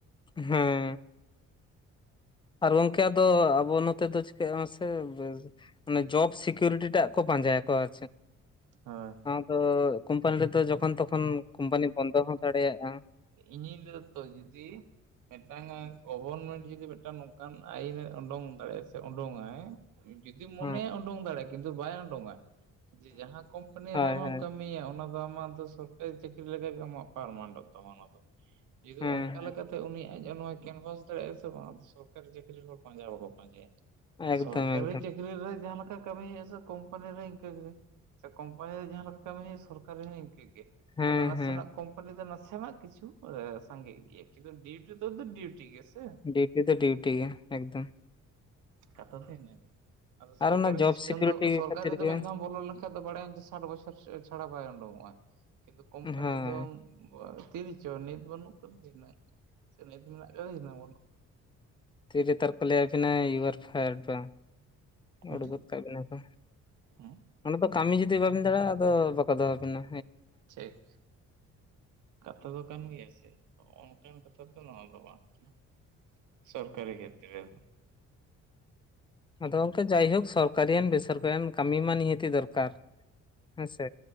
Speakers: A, on the left; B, on the right.
A: ᱦᱮᱸ ᱟᱨ ᱜᱚᱝᱠᱮ ᱟ ᱫᱚ ᱟᱵᱚ ᱱᱚᱛᱮ ᱫᱚ ᱪᱤᱠᱟᱹᱜ ᱢᱟᱥᱮ ᱢᱟᱱᱮ ᱡᱚᱵ ᱥᱤᱠᱤᱭᱩᱨᱤᱴᱤ ᱴᱟᱜ ᱠᱚ ᱯᱟᱸᱡᱟᱭᱟ ᱠᱚ ᱟ
B: ᱦᱳᱭ
A: ᱫᱚ ᱠᱳᱢᱯᱟᱱᱤ ᱨᱮ ᱛᱚ ᱡ ᱡᱚᱠᱷᱚᱱ ᱛᱚᱠᱷᱚᱱ ᱠᱚᱢᱯᱟᱱᱤ ᱵᱚᱱᱫᱚ ᱦᱚᱸ ᱫᱟᱲᱮᱭᱟᱜᱼᱟ
B: ᱤᱧ ᱞᱤᱧ ᱞᱮ ᱫᱟᱛᱚ ᱡᱩᱫᱤ <unintelligible> ᱢᱤᱫᱴᱟᱝ ᱜᱚᱵᱚᱨᱢᱮᱱᱴ ᱡᱩᱫᱤ ᱢᱤᱫᱴᱟᱝ ᱱᱚᱝᱠᱟᱱ ᱟᱭᱤᱱ ᱮ ᱩᱰᱩᱝ ᱫᱟᱲᱮᱭᱟᱜᱼᱟ ᱥᱮ ᱩᱰᱩᱝ ᱟᱭ ᱡᱩᱫᱤ ᱢᱚᱱᱮᱭᱟ
A: ᱦᱮᱸ
B: ᱩᱰᱩᱝ ᱫᱟᱲᱮᱭᱟᱜᱼᱟ ᱠᱤᱱᱛᱩ ᱵᱟᱭ ᱩᱰᱚᱝᱼᱟ ᱡᱮ ᱡᱟᱦᱟᱸ ᱠᱚᱢᱯᱟᱱᱤ
A: ᱦᱳᱭ
B: ᱨᱮ ᱟᱢᱮᱢ
A: ᱦᱳᱭ ᱦᱮᱸ
B: ᱠᱟᱹᱢᱤᱭᱟ ᱚᱱᱟ ᱫᱚ ᱟᱢᱟᱜ ᱫᱚ ᱥᱚᱨᱠᱟᱨᱤ ᱪᱟᱹᱠᱨᱤ ᱞᱮᱠᱟᱜᱮ ᱟᱢᱟᱜ ᱯᱟᱨᱢᱟᱱᱴᱚᱜ ᱛᱟᱢᱟ ᱚᱱᱟ ᱫᱚ ᱡᱩᱫᱛᱩ
A: ᱦᱮᱸ
B: ᱚᱱᱠᱟ ᱞᱮᱠᱟᱛᱮ ᱩᱱᱤᱭᱟᱜ <unintelligible> ᱟ ᱱᱚᱣᱟ ᱠᱮᱱᱵᱷᱟᱥ ᱫᱟᱲᱮᱭᱟᱜᱼᱟ ᱥᱮ ᱵᱟᱝ ᱥᱚᱨᱠᱟᱨᱤ ᱪᱟᱹᱠᱨᱤ ᱦᱚᱲ ᱯᱟᱸᱡᱟ ᱵᱟᱠᱚ ᱯᱟᱸᱡᱟᱭᱟ
A: ᱮᱠᱫᱚᱢ
B: ᱥᱚᱨᱠᱟᱨᱤ
A: ᱮᱠᱫᱚᱢ
B: ᱪᱟᱹᱠᱨᱤ ᱨᱮ ᱡᱟᱦᱟᱸ ᱞᱮᱠᱟ ᱠᱟᱹᱢᱤ ᱦᱳᱭᱳᱟ ᱥᱮ ᱠᱚᱢᱯᱟᱱᱤ ᱨᱮ ᱤᱱᱠᱟᱹᱜ ᱜᱮ ᱥᱮ ᱠᱢᱯᱟᱱᱤ ᱨᱮ ᱡᱟᱦᱟᱸ ᱞᱮᱠᱟ ᱠᱟᱹᱢᱤ ᱦᱳᱭᱜᱼᱟ ᱥᱚᱨᱠᱟᱨᱤ ᱦᱚᱸ ᱤᱱᱠᱟᱹᱜᱮᱭᱟ
A: ᱦᱮᱸ
B: ᱟᱫᱚ ᱱᱟᱥᱮᱱᱟᱜ
A: ᱦᱮᱸ
B: ᱠᱳᱢᱯᱟᱱᱤ ᱫᱚ ᱱᱟᱥᱮᱱᱟᱜ ᱠᱤᱪᱷᱩ ᱥᱟᱜᱮ ᱜᱮᱤᱭᱟᱹᱠ ᱰᱤᱩᱴᱤ ᱛ ᱫᱚ ᱰᱤᱩᱴᱤ ᱜᱮ ᱥᱮ
A: ᱰᱤᱩᱴᱤ ᱫᱚ ᱰᱤᱩᱴᱤ ᱜᱮ ᱮᱠᱫᱚᱢ
B: ᱠᱟᱛᱷᱟ ᱫᱚ ᱤᱱᱟᱹᱜᱮ ᱟᱫᱚ ᱥᱚᱨᱠᱟᱨᱤ
A: ᱟᱨ ᱚᱱᱟ ᱡᱚᱵ
B: ᱥᱤᱥᱴᱮᱢ
A: ᱥᱤᱠᱤᱭᱩᱨᱤᱴᱤ
B: ᱫᱚ ᱥᱚᱨᱠᱟᱨᱤ
A: ᱠᱷᱟᱹᱛᱤᱨ
B: ᱫᱚ
A: ᱜᱮ
B: ᱢᱤᱫ ᱫᱷᱟᱣ ᱵᱚᱞᱚ ᱞᱮᱱᱠᱷᱟᱱ ᱮᱷᱟ ᱫᱚ ᱵᱟᱲᱟᱭᱟᱢ ᱡᱮ ᱥᱟᱴ ᱵᱚᱪᱷᱚᱨ ᱪᱷᱟᱲᱟ ᱵᱟᱭ ᱩᱰᱩᱠᱚᱜᱼᱟ ᱠᱤᱱᱛᱩ ᱠᱳᱢᱯᱟᱱᱤ
A: ᱦᱳᱭ
B: ᱫᱚ ᱛᱤᱱ ᱪᱚ ᱱᱤᱛ ᱵᱟᱹᱱᱩᱜ ᱟᱠᱟᱫ ᱦᱩᱱᱟᱹᱝ ᱥᱮ ᱱᱤᱛ ᱢᱮᱱᱟᱜ ᱟᱠᱟᱫᱤ ᱦᱱᱟᱹᱝ ᱵᱟᱹᱱᱩᱜ
A: ᱛᱤᱨ ᱱᱮᱛᱟᱨ ᱠᱚ ᱞᱟᱹᱭᱟᱵᱤᱱᱟ ᱤᱭᱩᱟᱨ ᱯᱷᱟᱭᱟᱨ ᱵᱟᱝ
B: ᱦᱮᱸ
A: ᱩᱰᱩ ᱜᱚᱫ ᱠᱟᱜ ᱵᱤᱱᱟ ᱠᱚ
B: ᱦᱮᱸ
A: ᱚᱱᱟ ᱫᱚ ᱠᱟᱹᱢᱤ ᱡᱩᱫᱤ ᱵᱟᱵᱤᱱ ᱫᱟᱲᱮᱭᱟᱜᱼᱟ ᱟᱫᱚ ᱵᱟᱠᱚ ᱫᱚᱦᱚᱵᱤᱱᱟ
B: ᱴᱷᱤᱠ ᱠᱟᱛᱷᱟ ᱫᱚ ᱠᱟᱱ ᱜᱮᱭᱟ ᱥᱮ ᱚᱱᱠᱟᱱ ᱠᱟᱛᱷᱟᱮᱫ ᱱᱚᱣᱟ ᱫᱚ ᱵᱟᱝ ᱠᱟᱱᱟ ᱥᱚᱨᱠᱟᱨᱤ ᱠᱷᱮᱛᱨᱮ ᱨᱮᱫᱚ
A: ᱟᱫᱚ ᱜᱚᱝᱠᱮ ᱡᱟᱭᱦᱳᱠ ᱥᱚᱨᱠᱟᱨᱤᱭᱟᱱ ᱵᱮᱥᱚᱨᱠᱟᱨᱤᱭᱟᱱ ᱠᱟᱹᱢᱤ ᱢᱟ ᱱᱤᱦᱟᱹᱛᱤ ᱫᱚᱨᱠᱟᱨ ᱦᱮᱸ ᱥᱮ